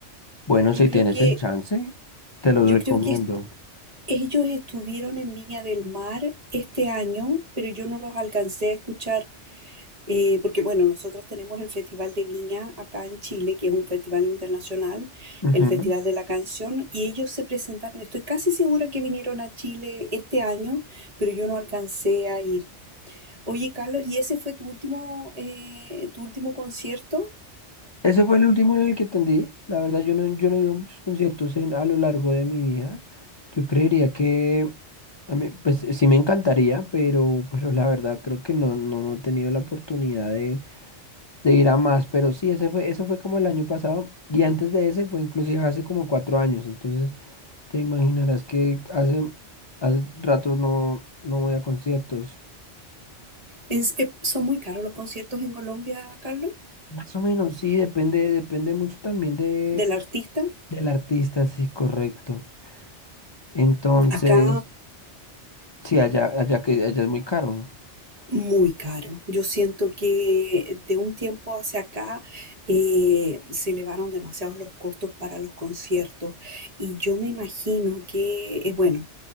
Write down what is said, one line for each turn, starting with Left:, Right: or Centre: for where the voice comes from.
Left: Bueno, si
Right: Yo creo
Left: tienes
Right: que,
Left: el chance, te los
Right: yo
Left: recomiendo.
Right: creo que est- ellos estuvieron en Viña del Mar este año, pero yo no los alcancé a escuchar, eh, porque bueno, nosotros tenemos el Festival de Viña acá en Chile, que es un festival internacional,
Left: Ujú.
Right: el Festival de la Canción, y ellos se presentaron, estoy casi segura que vinieron a Chile este año, pero yo no alcancé a ir. Oye, Carlos, ¿y ese fue tu último, eh, tu último concierto?
Left: Ese fue el último en el que atendí. La verdad, yo no, yo no he ido a muchos conciertos en, a lo largo de mi vida. Yo creería que, a mí, pues sí me encantaría, pero, pero la verdad creo que no, no, no he tenido la oportunidad de de ir a más, pero sí, ese fue, eso fue como el año pasado y antes de ese fue inclusive hace como cuatro años, entonces te imaginarás que hace, hace rato no, no voy a conciertos.
Right: Es- eh, ¿son muy caros los conciertos en Colombia, Carlos?
Left: Más o menos, sí, depende, depende mucho también de,
Right: ¿Del artista?
Left: del artista, sí, correcto. Entonces,
Right: Acá
Left: sí, allá, allá que allá es muy caro.
Right: Muy caro. Yo siento que de un tiempo hacia acá eh, se elevaron demasiados los costos para los conciertos y yo me imagino que, eh, bueno,